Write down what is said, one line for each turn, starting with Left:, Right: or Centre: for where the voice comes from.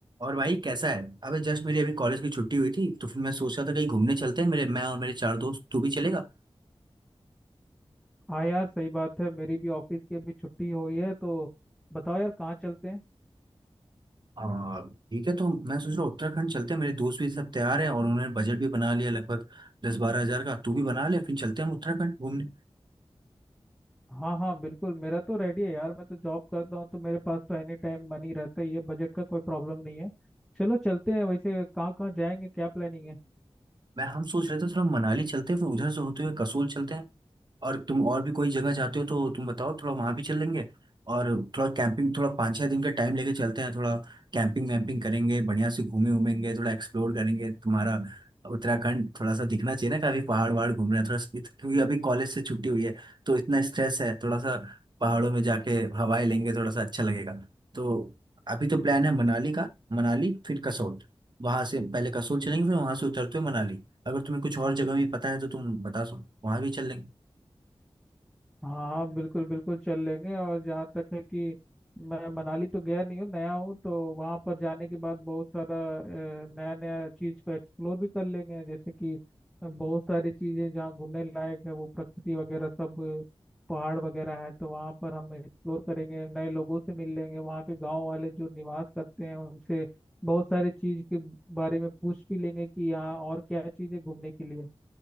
Right: और भाई कैसा है अबे जस्ट मेरी अभी कॉलेज की छुट्टी हुई थी तो फिर मैं सोच रहा था कहीं घूमने चलते हैं मेरे मैं और मेरे चार दोस्त तू भी चलेगा
Centre: हाँ यार सही बात है मेरी भी ऑफिस की अभी छुट्टी हुई है तो बताओ यार कहाँ चलते हैं
Right: आ, ठीक है तो मैं सोच रहा हूँ उत्तराखंड चलते हैं मेरे दोस्त भी सब तैयार हैं और उन्होंने बजट भी बना लिया लगभग दस बारह हजार का तू भी बना ले फिर चलते हैं हम उत्तराखंड घूमने
Centre: हाँ हाँ बिल्कुल मेरा तो रेडी है यार मैं तो जॉब करता हूँ तो मेरे पास तो एनी टाइम मनी रहता ही है बजट का कोई प्रॉब्लम नहीं है चलो चलते हैं वैसे कहाँ कहाँ जाएंगे क्या प्लानिंग है
Right: मैं हम सोच रहे थे थोड़ा मनाली चलते हैं फिर उधर से होते हुए कसोल चलते हैं और तुम और भी कोई जगह जाते हो तो तुम बताओ थोड़ा वहां भी चल लेंगे और थोड़ा कैंपिंग थोड़ा पाँच छः दिन का टाइम लेके चलते हैं थोड़ा कैंपिंग वैम्पिंग करेंगे बढ़िया से घूमे घूमेंगे थोड़ा एक्सप्लोर करेंगे तुम्हारा उत्तराखंड थोड़ा सा दिखना चाहिए ना काफी पहाड़ वहाड़ घूम रहे हैं थोड़ा इत- क्योंकि अभी कॉलेज से छुट्टी हुई है तो इतना स्ट्रेस है थोड़ा सा पहाड़ों में जाके हवाएं लेंगे थोड़ा सा अच्छा लगेगा तो अभी तो प्लान है मनाली का मनाली फिर कसोल वहां से पहले कसोल चलेंगे फिर वहां से उतरते हुए मनाली अगर तुम्हें कुछ और जगह भी पता है तो तुम बता सो वहां भी चल लेंगे
Centre: हाँ बिल्कुल बिल्कुल चल लेंगे और जहाँ तक है कि मैं मनाली तो गया नहीं हूँ नया हूँ तो वहाँ पर जाने के बाद बहुत सारा नया नया चीज़ को एक्सप्लोर भी कर लेंगे जैसे कि अ, बहुत सारी चीज़ें जहाँ घूमने लायक है वो प्रकृति वगैरह सब अ, पहाड़ वगैरह है तो वहाँ पर हम एक्सप्लोर करेंगे नए लोगों से मिल लेंगे वहाँ के गांव वाले जो निवास करते हैं उनसे बहुत सारी चीज़ के बारे में पूछ भी लेंगे कि यहाँ और क्या चीज़ें घूमने के लिए